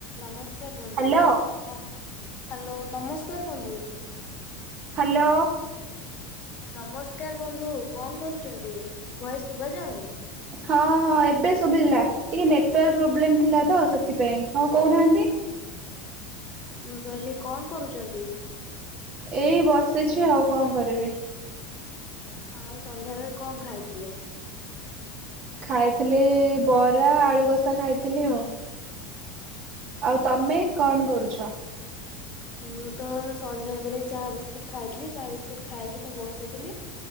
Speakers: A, on the left (about 35°); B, on the right (about 35°).
A: ନମସ୍କାର ବନ୍ଧୁ
B: ହ୍ୟାଲୋ
A: କଣ ହ୍ୟାଲୋ ନମସ୍କାର ବନ୍ଧୁ।
B: ହ୍ୟାଲୋ
A: ନମସ୍କାର ବନ୍ଧୁ କଣ କରୁଛନ୍ତି? ଭଏଶ ଶୁଭା ଯାଉନି
B: ହଁ ହଁ ଏବେ ଶୁଭିିଲା ଟିକେ ନେଟୱାର୍କ ପ୍ରୋବ୍ଲେମ ଥିଲା ତ ସେଥିପାଇଁ ହଁ କହୁନାହାନ୍ତି।
A: ମୁଁ କହିଲି କଣ କରୁଛନ୍ତି?
B: ଏଇ ବସିଛି ଆଉ କଣ କରିବି।
A: ଆଉ ସନ୍ଧ୍ୟାବେଳେ କଣ ଖାଇଥିଲେ?
B: ଖାଇଥିଲେ ବରା ଆଳୁକଷା ଖାଇଥିଲି ଆଉ।
A: ହଁ
B: ଆଉ ତମେ କଣ କରୁଛ?
A: ମୁଁ ତ ସନ୍ଧ୍ୟା ବେଳେ ଚାହା ବିସ୍କୁିଟ ଖାଇଥିଲି। ଚାହା ବିସ୍କୁିଟ ଖାଇକି ତ ବସିଥିଲି।